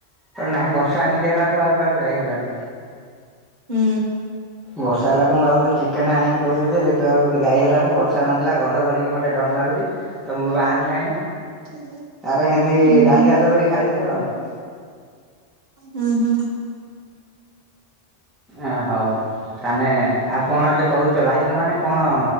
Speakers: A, in the centre; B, on the right.
A: ନହିଁ ବର୍ଷା ଏମିତି ହେଲାଠୁ ଆଉ କୁଆଡେ ଯାଇ ହେଲାନି।
B: ହୁଁ।
A: ବର୍ଷା ହେଲାଠୁ ମୁଁ ଭାଉଥିଲି ଚିକେନ ଆଣିକି କରିବି ଯେ ଦେ ତ ଆଉ ଯାଇ ହେଲାନି ବର୍ଷା ନଥିଲା ଘଡ ଘଡିକି ମୋତେ ଡର ଲାଗୁଛି ତ ମୁଁ ବାହାରିଲି ନାହିଁ।
B: ହୁଁ
A: ଆରେ ଏମିତି
B: ହୁଁ।
A: ଡାଲି ଭାତ କରିକି ଖାଇଦେଲୁ ଆଉ।
B: ହୁଁ ହୁଁ
A: ଏ ହଉ ତାେ ଆଉ କଣ ଏବେ କରୁଛ ଲାଇଫ୍ରେ ମାନେ କଣ